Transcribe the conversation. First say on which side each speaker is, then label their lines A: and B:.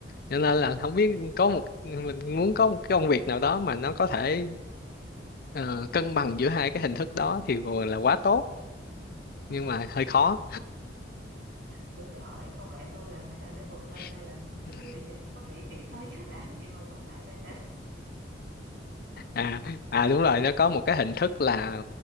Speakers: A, on the left (about 55°); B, on the right (about 80°).
A: cho
B: ừ,
A: nên là không biết có một mình muốn có một cái công việc nào đó mà nó có thể ờ, cân bằng giữa hai cái hình thức đó thì vừa là quá tốt
B: ừ.
A: nhưng mà hơi khó
B: bữa tôi hỏi con bạn tôi làm thế nào để work life
A: <laughs>
B: balance nó kêu bây giờ chỉ có nghỉ việc thôi chứ <laughs> làm cái gì mà work life balance
A: à à đúng rồi nó có một cái hình thức là